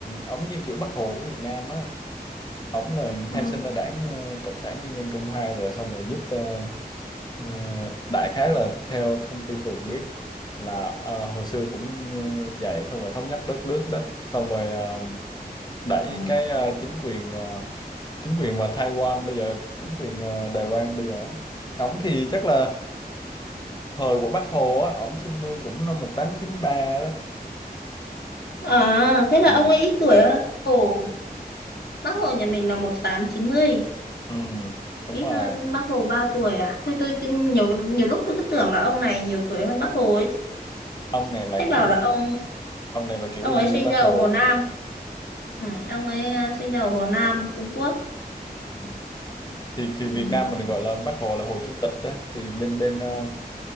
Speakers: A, on the left; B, on the left.
A: ổng như kiểu Bác Hồ của Việt Nam á. Ổng là
B: ừ,
A: khai sinh ra đảng ờ, Cộng sản Nhân dân Trung Hoa rồi xong rồi giúp ờ, Ờ, đại khái là theo thông tin tôi cũng biết là ờ, hồi xưa cũng ờ, dạy xong rồi thống nhất đất nước đó xong rồi ờ, đẩy
B: ừ.
A: cái ờ, chính quyền ờ, chính quyền mà Taiwan bây giờ chính quyền ờ, Đài Loan bây giờ ổng thì chắc là thời của Bác Hồ á ổng sinh nơi cũng năm 1893 đó
B: À, thế là
A: ừ,
B: ông ấy ít tuổi hơn Bác Hồ. Bác Hồ nhà mình là một tám chín mươi
A: ừ, đúng
B: ít
A: rồi
B: hơn Bác Hồ 3 tuổi à? Thôi tôi cứ- nhiều nhiều lúc tôi cứ tưởng là ông này nhiều tuổi hơn Bác Hồ ấy chứ.
A: ông này là
B: Thế
A: kiểu
B: bảo là ông
A: ông này là kiểu
B: ông
A: y
B: ấy
A: như
B: sinh
A: Bác
B: ra
A: Hồ
B: ở Hồ Nam
A: vậy đó
B: Ừ, ông ấy ờ, sinh ra ở Hồ Nam, Trung Quốc.
A: ừ. thì, thì Việt
B: Ừ,
A: Nam mình gọi là Bác Hồ là Hồ Chủ tịch đó thì bên bên ờ,